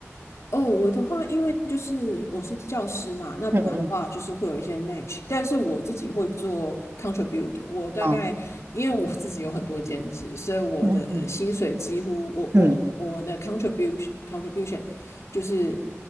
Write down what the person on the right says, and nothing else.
嗯
嗯
嗯嗯嗯嗯，